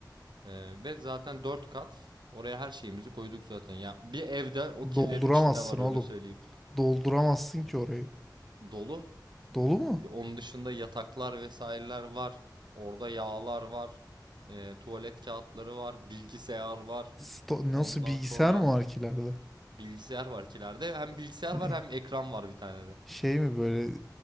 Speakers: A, on the right; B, in the centre.
A: ee, ve zaten 4 kat. Oraya her şeyimizi koyduk zaten. Ya bir evde o killerin
B: dolduramazsın
A: içinde var
B: oğlum.
A: öyle söyleyeyim.
B: Dolduramazsın ki orayı.
A: Dolu.
B: Dolu mu?
A: Ya onun dışında yataklar vesaireler var. Orada yağlar var. Ee, tuvalet kağıtları var. Bilgisayar var.
B: Sto- Nasıl
A: Ondan
B: bilgisayar
A: sonra
B: mı var ki ileride?
A: bilgisayar var kilerde. Hem bilgisayar
B: Ne?
A: var hem ekran var bir tane de.
B: Şey mi böyle